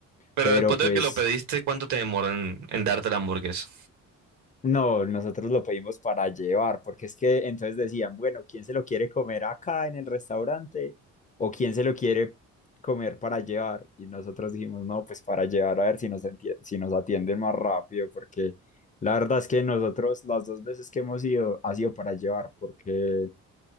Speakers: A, on the right; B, on the left.
A: Pero
B: Pero
A: después de
B: pues
A: que lo pediste, ¿cuánto te demoró en, en darte la hamburguesa?
B: no, nosotros lo pedimos para llevar, porque es que entonces decían, bueno, ¿quién se lo quiere comer acá en el restaurante? ¿O quién se lo quiere comer para llevar? Y nosotros dijimos, no, pues para llevar a ver si nos, enti- si nos atienden más rápido, porque la verdad es que nosotros las dos veces que hemos ido ha sido para llevar, porque